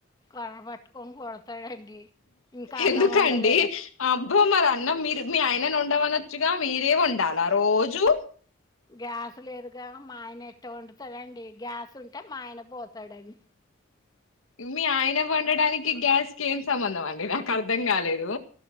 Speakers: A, on the left; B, on the left.
A: కర్ర పట్టుకొని కొడతాడండి ఇంకా
B: ఎందుకండి
A: అన్నం వండలేదు
B: అబ్బ మరి అన్నం మీరు మీ ఆయన ఒండమన జుగా మీరే ఒండాలా రోజు
A: గ్యాస్ లేదుగా మా ఆయన ఎట్ట వండుతాడండి గ్యాస్ ఉంటె మా ఆయన పోతాడండ్
B: మీ ఆయన వండడానికి గ్యాస్ కి ఏం సంబంధం అండి నాకు అర్ధం కాలేదు